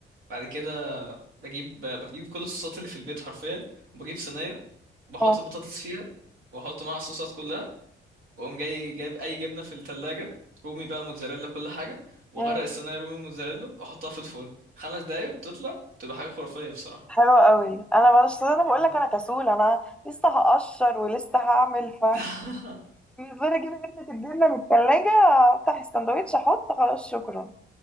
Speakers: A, on the right; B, in the centre.
A: بعد كده بجيب بجيب كل الصوصات اللي في البيت حرفيا وبجيب صينيه بحط
B: اه
A: البطاطس فيها واحط معاها الصوصات كلها واقوم جاي جايب اي جبنه في التلاجة رومي بقى موتزاريلا كل حاجه واغرق
B: مم.
A: الصينيه رومي موتزاريلا واحطها في الفرن خمس دقايق وبتطلع تبقى حاجه خرافيه بصراحه
B: حلو قوي انا بس انا بقول
A: مم.
B: لك انا كسول انا لسه هقشر ولسه هعمل ف
A: <laughs>
B: بالنسبة اجيب علبة الجبنة من التلاجة افتح السندوتش احط خلاص شكرا